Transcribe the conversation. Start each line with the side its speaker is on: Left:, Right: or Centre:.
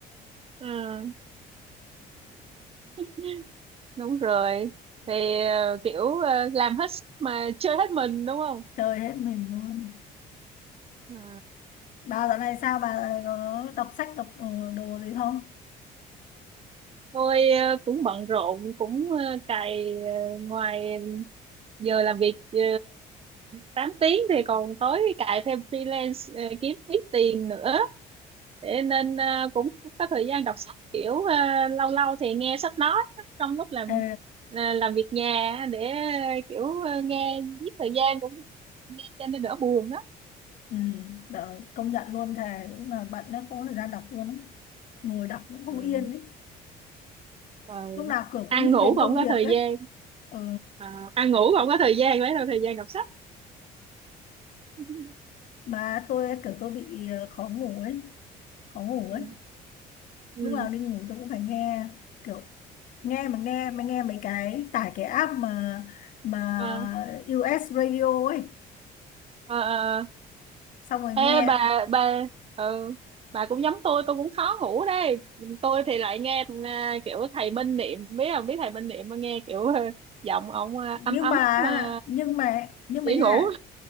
Right: ờ. <laughs> đúng rồi thì ờ, kiểu ờ, làm hết sức mà chơi hết mình đúng không
Left: chơi hết mình luôn
Right: Ừ.
Left: bà dạo này sao bà dạo này có đọc sách đọc ờ, đồ gì không
Right: Tôi ờ, cũng bận rộn, cũng ờ, cày ờ, ngoài giờ làm việc ờ, 8 tiếng thì còn tối cày thêm freelance ờ, kiếm ít tiền nữa. Thế nên ờ, cũng không có thời gian đọc sách kiểu ờ, lâu lâu thì nghe sách nói trong lúc làm
Left: Ờ
Right: là- làm việc nhà á, để ờ, kiểu ờ, nghe giết thời gian cũng nghe cho nên đỡ buồn đó.
Left: Ừ, đó, công nhận luôn thề lúc nào bận nó không có thời gian đọc luôn á. ngồi đọc cũng không
Right: Ừ.
Left: yên ấy
Right: Rồi
Left: lúc nào kiểu
Right: ăn
Left: cũng nghĩ
Right: ngủ
Left: đến
Right: cũng không
Left: công
Right: có
Left: việc
Right: thời
Left: ấy
Right: gian,
Left: ừ,
Right: à, ăn ngủ cũng không có thời gian lấy đâu thời gian đọc sách. <laughs>
Left: mà tôi kiểu tôi bị ờ, khó ngủ ấy khó ngủ
Right: Ừ.
Left: ấy
Right: ừ
Left: lúc nào đi ngủ tôi cũng phải nghe kiểu nghe mà nghe mà nghe mấy cái tải cái app mà mà
Right: à,
Left: US Radio ấy
Right: à, à.
Left: xong rồi
Right: Ê,
Left: nghe
Right: bà bà ừ, bà cũng giống tôi tôi cũng khó ngủ đây tôi thì lại nghe à, kiểu thầy Minh Niệm biết không biết thầy Minh Niệm mà nghe kiểu ờ, giọng ông à,
Left: nhưng
Right: ấm ấm
Left: mà
Right: mà
Left: nhưng mà nhưng
Right: dễ
Left: mà nha
Right: ngủ